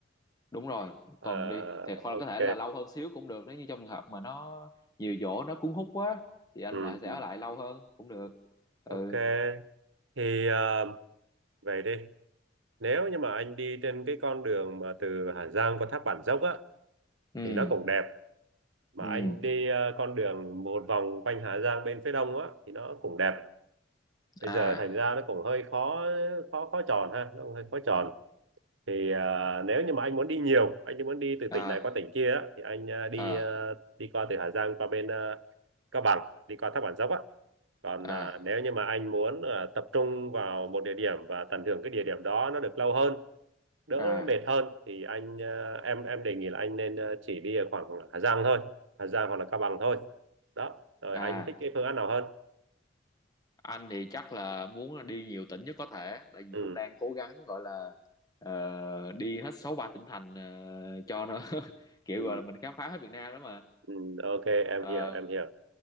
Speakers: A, on the left (about 20°); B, on the right (about 85°).
A: đúng rồi một
B: Ờ,
A: tuần đi thì hoặc
B: ok,
A: là có thể là lâu hơn xíu cũng được nếu như trong trường hợp mà nó nhiều chỗ nó cuốn hút quá thì anh
B: ừ,
A: lại sẽ
B: ừ.
A: ở lại lâu hơn cũng được ừ
B: ok. Thì ờ, vậy đi. Nếu như mà anh đi trên cái con đường mà từ Hà Giang qua thác Bản Dốc á,
A: ừ
B: thì nó cũng đẹp. Mà
A: ừ
B: anh đi ờ, con đường một vòng quanh Hà Giang bên phía đông á, thì nó cũng đẹp bây
A: à
B: giờ thành ra nó cũng hơi khó khó khó tròn ha nó cũng hơi khó tròn thì à, nếu như mà anh muốn đi nhiều anh muốn đi từ
A: à
B: tỉnh này qua tỉnh kia á, thì anh à, đi
A: à
B: à, đi qua từ Hà Giang qua bên à, Cao Bằng đi qua Thác Bản Dốc á còn
A: à
B: à, nếu như mà anh muốn à, tập trung vào một địa điểm và tận hưởng cái địa điểm đó nó được lâu hơn đỡ
A: à
B: mệt hơn thì anh à, em em đề nghị là anh nên à, chỉ đi ở khoảng Hà Giang thôi Hà Giang hoặc là Cao Bằng thôi đó rồi
A: à
B: anh thích cái phương án nào hơn
A: anh thì chắc là muốn là đi nhiều tỉnh nhất có thể tại vì
B: ừ,
A: cũng đang cố gắng gọi là ờ, đi hết sáu ba tỉnh thành ờ, cho nó <laughs> kiểu
B: ừ,
A: gọi là mình khám phá hết Việt Nam đó mà
B: ừ ok em
A: Ờ,
B: hiểu em hiểu